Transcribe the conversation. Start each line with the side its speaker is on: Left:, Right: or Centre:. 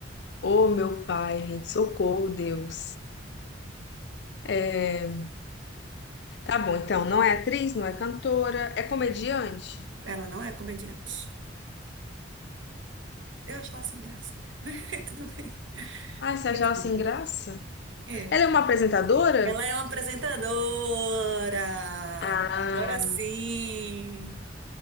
Left: Ô, meu pai, gente, socorro, Deus. É, Tá bom, então, não é atriz, não é cantora, é comediante?
Right: Ela não é comediante. Eu acho ela sem graça. <laughs> Mas tudo bem.
Left: Ai, você achava
Right: Precisa,
Left: sem
Right: né?
Left: graça?
Right: É.
Left: Ela é uma apresentadora?
Right: Ela é uma apresentadora.
Left: Ah,
Right: Agora sim.